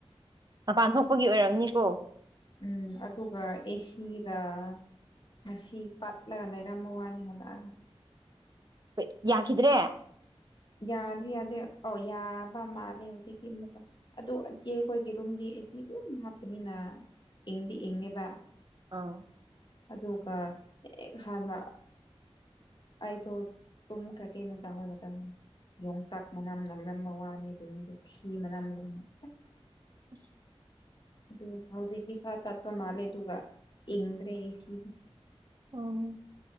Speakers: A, on the right; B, on the left.
A: ꯃꯄꯥꯟ ꯊꯣꯛꯄꯒꯤ ꯑꯣꯏꯔꯝꯅꯤꯀꯣ
B: ꯎꯝ ꯑꯗꯨꯒꯥ ꯑꯦꯁꯤꯒꯥ ꯉꯁꯤ ꯄꯥꯠꯂꯒ ꯂꯩꯔꯝꯕꯥ ꯋꯥꯅꯤ ꯍꯜꯂꯛꯑꯥ
A: ꯍꯣꯏ ꯌꯥꯈꯤꯗ꯭ꯔꯦ
B: ꯌꯥꯗꯤ ꯌꯥꯗꯦ ꯑꯥꯎ ꯌꯥꯕ ꯃꯥꯂꯦ ꯍꯧꯖꯤꯛꯇꯤ ꯑꯃꯨꯛ ꯑꯗꯣ ꯑꯆꯦ ꯈꯣꯏꯒꯤ ꯔꯨꯝꯗꯤ ꯑꯩ ꯁꯤ ꯗꯨꯝ ꯍꯥꯞꯄꯅꯤꯅ ꯏꯪꯗꯤ ꯏꯪꯉꯦꯕ
A: ꯑꯣ
B: ꯑꯗꯨꯒꯥ ꯍꯦꯛ ꯍꯟꯅ ꯑꯩꯗꯣ ꯇꯨꯝꯈ꯭ꯔꯒꯦꯅꯥ ꯆꯪꯕꯥ ꯃꯇꯝ ꯌꯣꯡꯆꯥꯛ ꯃꯅꯝ ꯅꯝꯔꯝꯕꯥ ꯋꯥꯅꯤ ꯑꯗꯨ ꯃꯤꯗꯨ ꯊꯤ ꯃꯅꯝꯒꯨꯝꯕꯥ ꯑꯁ
A: <unintelligible>
B: ꯑꯗꯨ ꯍꯧꯖꯤꯛꯇꯤ ꯈꯔ ꯆꯠꯄ ꯃꯥꯜꯂꯦ ꯑꯗꯨꯒ ꯏꯪꯗ꯭ꯔꯦ ꯑꯦꯁꯤ
A: ꯑꯣ